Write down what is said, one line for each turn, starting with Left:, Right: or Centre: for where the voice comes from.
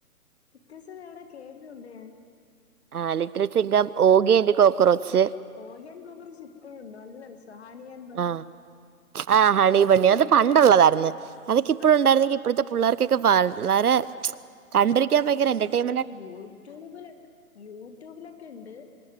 Left: ലിറ്റിൽസിംഗ എവിടെയോ കേട്ടിട്ടുണ്ടുഞാൻ
Right: ആ ലിറ്റിൽസിംഗ Oggy and cockroach
Left: Oggy and cockroach ഇപ്പഴും ഉണ്ട് നല്ലരസം സാനിയൻ
Right: ആ ആ ഹണി ബണ്ണി അത്
Left: ഭയങ്കര
Right: പണ്ടൊള്ളതായിരുന്നു അതൊക്കെ ഇപ്പഴൊണ്ടായിരുന്നെങ്കി
Left: ആന്ന്
Right: ഇപ്പോഴത്തെ പുള്ളേർക്കക്കെ വളരെ കണ്ടിരിക്കാൻ ഭയങ്കര എന്റർടെം
Left: ഈ യൂട്യൂബിലെ യൂട്യൂബിലൊക്കെ ഉണ്ട്